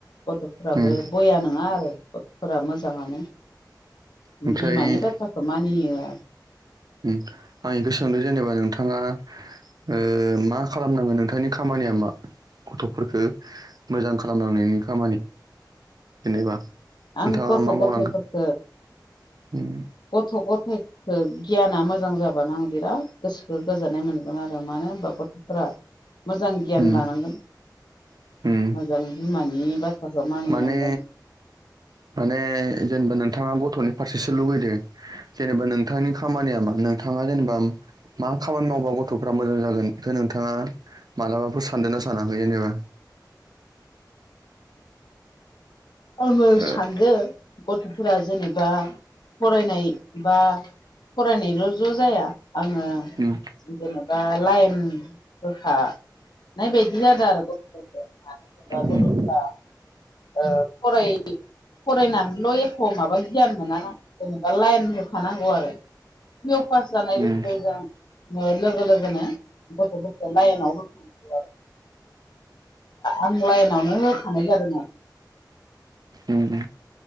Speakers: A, on the left (about 75°); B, on the right (about 60°).
A: गथ'फोराबो
B: उम
A: बया नङा आरो गथ'फोरा मोजाङानो
B: ओमफ्राय
A: बिमानि बाथ्राखौ मानियो <unintelligible>
B: उम आं गोसोखांदों जेनेबा नोंथाङा ओ मा खालामनांगोन नोंथांनि खामानिया मा गथ'फोरखौ मोजां खालामलांनायनि खामानि जेनेबा
A: आं
B: नोंथाङा
A: गथ'
B: मा
A: गथ'
B: मावनांगो?
A: फोरखो
B: उम
A: गथ' गथ'खो गियाना मोजां जाबा बानो आं बिराद गोसो गोजोननाय मोनगोन आरो मानो होनबा गथ'फोरा मोजां गियान
B: उम
A: लानांगोन
B: उम
A: मोजां बिमानि बाथ्राखौ मानिनांगोन
B: माने माने जेनेबा नोंथां नोंथाङा गथ'नि फारसेसो लुुबैदो जेनेबा नोंथांनि खामानिया मा नोंथाङा जेनेबा मा खामानि मावबा गथ'फ्रा मोजां जागोन बेखायनो नोंथाङा मालाबाफोर सानदोंना सानाखै जेनेबा
A: <inaudible> आङो सानदो
B: ओ
A: गथ'फोरा जेनेबा फरायनाय बा फरायनायल' ज' जाया आङो
B: उम
A: जेनेबा लाइन होखा नाय बायदि जादों आरो गथ'फोरखौ मानो होनोबा
B: उम
A: गथ'फोरा ओ फराय फरायनानैल' एख' माबा गियान मोनाना जेनेबा लाइन होखानांगौ आरो पिअ पास जानाय
B: उम
A: लोगो लोगो आं नो लोगो लोगोनो गथ'फोरखो लाइनाव होखा आं लाइनावनो होखानाय जादों आरो
B: उम